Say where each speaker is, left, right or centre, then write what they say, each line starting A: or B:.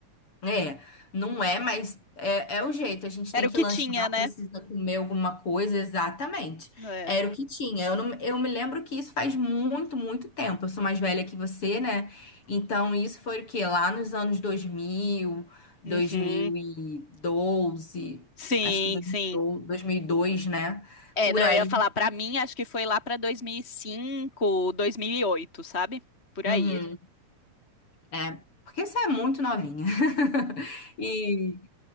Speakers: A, on the left; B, on the left.
A: É, não é, mas é, é o jeito. A gente
B: Era
A: tem que
B: o que
A: lanchar,
B: tinha, né?
A: precisa comer alguma coisa, exatamente.
B: É.
A: Era o que tinha. Eu, não- eu me lembro que isso faz muito, muito tempo. Eu sou mais velha que você, né? Então, isso foi o quê? Lá nos anos dois dois mil, dois
B: Uhum.
A: mil e doze,
B: Sim,
A: acho que 2012,
B: sim.
A: dois, mil e dois, né?
B: É,
A: Por
B: não,
A: aí.
B: eu ia falar, para mim, acho que foi lá para e cinco, dois mil e oito, sabe? Por
A: Uhum,
B: aí.
A: é, porque você é muito novinha. <laughs> E.